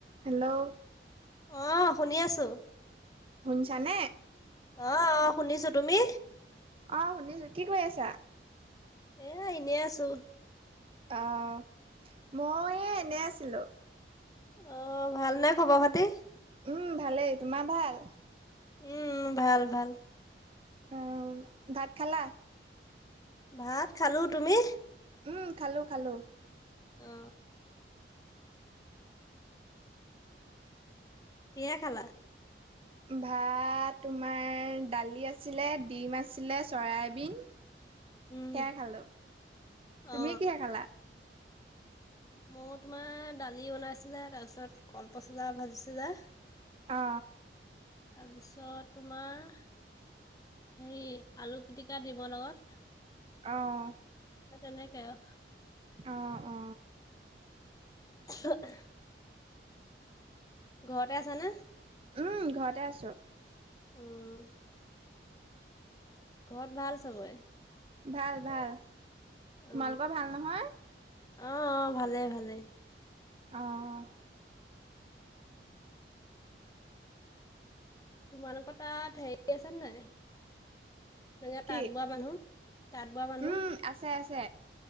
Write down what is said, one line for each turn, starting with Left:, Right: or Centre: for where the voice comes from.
Right: হেল্ল'
Left: অঁ শুনি আছোঁ।
Right: শুনছা নে?
Left: অঁ-অঁ শুনিছো- তুমি?
Right: অ শুনিছো, কি কয়ি আছা?
Left: এ এনেই আছোঁ।
Right: অ' মই এনেই আছিলো।
Left: অঁ ভালনে খবৰ-খাতি?
Right: উম্ ভালেই, তোমাৰ ভাল?
Left: উম্ ভাল ভাল।
Right: অ' ভাত খালা?
Left: ভাত খালো, তুমি?
Right: উম্ খালোঁ খালোঁ।
Left: অ কিহে খালা
Right: ভাত তোমাৰ দালি আছিলে ডিম আছিলে চয়াবিন। সেয়াই
Left: উম
Right: খালো তুমি
Left: অ
Right: কিহে খালা
Left: মোৰ তোমাৰ দালি বনাইছিলে তাৰপিছত কলপচলা ভাজিছিলে।
Right: অ
Left: তাৰপিছত তোমাৰ হেৰী আলু পিটিকা দিমৰ লগত
Right: অঁ
Left: হে তেনেকে আও
Right: অ অ
Left: উ <unintelligible> ঘৰতে আছ নে
Right: উম ঘৰতে আছোঁ
Left: উম ঘৰত ভাল চবৰে
Right: ভাল ভাল তোমালোকৰ
Left: অ অ
Right: ভাল নহয়
Left: অ অ ভালেই ভালেই
Right: অঁ
Left: তোমালোকৰ তাত হেৰি আছে নাই এ
Right: কি?
Left: তাঁত বোৱা মানু্হ তাঁত বোৱা মানু্হ
Right: উম, আছে আছে